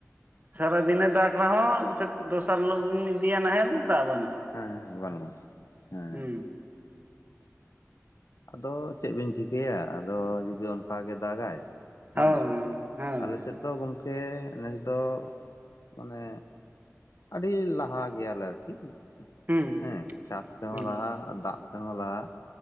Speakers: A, on the right (about 35°); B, on the left (about 85°).
A: ᱥᱟᱨᱟᱫᱤᱱᱮ ᱫᱟᱜ ᱨᱮᱦᱚᱸ ᱥᱮ ᱫᱚᱥᱟᱨ ᱦᱤᱞᱳᱜ ᱵᱤᱱ ᱤᱫᱤᱭᱟ ᱱᱟᱦᱮᱞ ᱫᱟᱜ ᱵᱟᱹᱱᱩᱜᱼᱟ᱾
B: ᱦᱮᱸ ᱵᱟᱹᱱᱩᱜᱼᱟ ᱦᱮᱸ᱾
A: ᱦᱩᱸ
B: ᱟᱫᱚ ᱪᱮᱫ ᱵᱮᱤᱱ ᱪᱤᱠᱟᱹᱭᱟ ᱟᱫᱚ ᱡᱩᱫᱤ ᱚᱱᱠᱟᱜ ᱜᱮ ᱫᱟᱜᱟᱭ ᱦᱮᱸ
A: ᱦᱳᱭ ᱦᱳᱭ
B: ᱟᱞᱮ ᱥᱮᱫ ᱫᱚ ᱜᱚᱢᱠᱮ ᱱᱮᱥ ᱫᱚ ᱢᱟᱱᱮ ᱟᱹᱰᱤ ᱞᱟᱦᱟ ᱜᱮᱭᱟᱞᱮ ᱟᱨᱠᱤ
A: ᱦᱩᱸ
B: ᱦᱮᱸ ᱪᱟᱥ ᱛᱮᱦᱚᱸ
A: ᱦᱩᱸ
B: ᱞᱟᱦᱟ ᱟᱨ ᱫᱟᱜ ᱛᱮᱦᱚᱸ ᱞᱟᱦᱟ